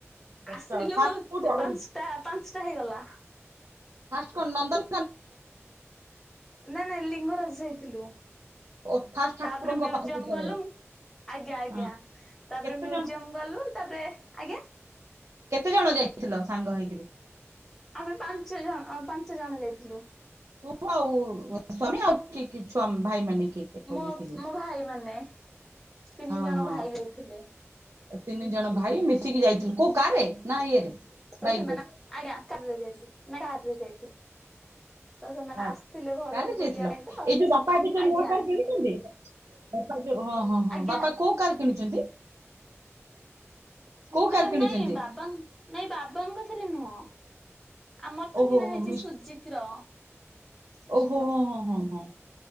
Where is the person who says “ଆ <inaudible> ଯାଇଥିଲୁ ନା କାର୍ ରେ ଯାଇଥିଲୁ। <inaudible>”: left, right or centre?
Centre